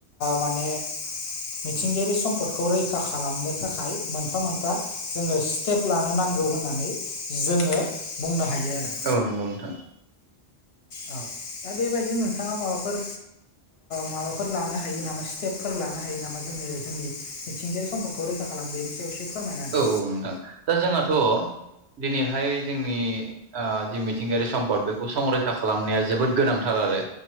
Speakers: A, on the left; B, on the right.
A: माने मिथिंगायारि सम्पदखौ रैखा खालामनो थाखाय मोनफा मोनफा जोङो स्टेप लानो नांगौ होननानै जोङो बुंनो हायो आरो
B: औ नंगौ नोंथां।
A: औ दा बेबायदिनो नोंथाङा माबाफोर माबाफोर लानो हायो नामा स्टेपफोर लानो हायो नामा जोङो जोंनि मिथिंगायारि सम्पदखौ रैखा खालामनो बेनि सायाव एसे फोरमायना होदो
B: औ औ नोंथां दा जोंहाथ' दिनैहाय जोंनि जि मिथिंगायारि सम्पद बेखौ संरैखा खालामनाया जोबोद गोनांथार आरो